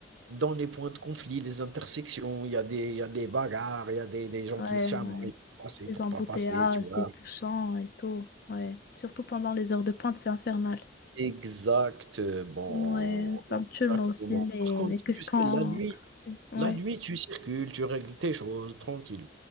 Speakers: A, on the right; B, on the left.
A: dans les points de conflit, les intersections, il y a des il y a des bagarres, il y a des des gens
B: Ouais,
A: qui se chamaillent
B: ouais.
A: pour passer,
B: Les
A: pour
B: embouteillages,
A: pas passer, tu vois?
B: les bouchons et tout. Ouais. Surtout pendant les heures de pointe, c'est infernal.
A: Exactement,
B: Ouais, ça me tue
A: exactement.
B: moi aussi, mais,
A: Par contre,
B: mais qu'est-ce
A: tu
B: qu'on...
A: sais, la nuit
B: qu'est-ce qu'on fait
A: la
B: Ouais.
A: nuit, tu circules, tu règles tes choses tranquille.